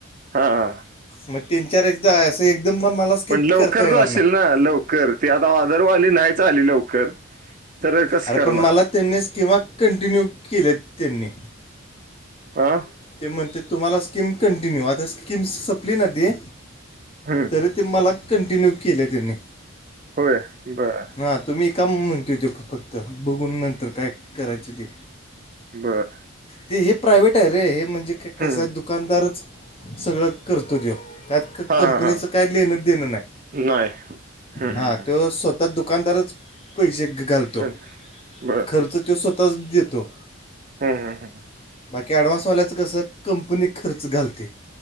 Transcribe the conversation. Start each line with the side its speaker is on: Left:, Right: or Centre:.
Right: हां.
Left: मग तीन चार एकदा असं एकदम म मला स्किप
Right: पण लवकरच
Left: करता येणार
Right: जाशील
Left: नाही
Right: ना लवकर ती आता ऑदर वाली नाहीच आली लवकर. सरळ कसं
Left: अरे
Right: करणार?
Left: पण मला त्यांनी स्कीमा कंटिन्यू केल्यात त्यांनी.
Right: आ.
Left: ते म्हणतेत तुम्हाला स्कीम कंटिन्यू आता स्कीम संपली ना ती
Right: हम्.
Left: तरी ते मला कंटिन्यू केल्या त्यांनी.
Right: होय बरं.
Left: हा तुम्ही काम म्हणतोय तो फक्त बघून नंतर काय करायचं ते.
Right: बर.
Left: ते हे प्रायव्हेट आहे रे हे म्हणजे क
Right: हं,
Left: कसाय
Right: हं.
Left: दुकानदारच सगळं करतो त्यो. त्यात क
Right: हां,
Left: कंपनीचं
Right: हां, हां.
Left: काय लेहिणंच देणं नाही.
Right: नाही. हम्म,
Left: हा
Right: हम्म, हम्म.
Left: तो स्वतः दुकानदारच पैशे घालतो.
Right: कोण? बर
Left: खर्च तो स्वतःच देतो.
Right: हम् हम हम.
Left: बाकी अँडव्हान्सवाल्याच कसं कंपनी खर्च घालते.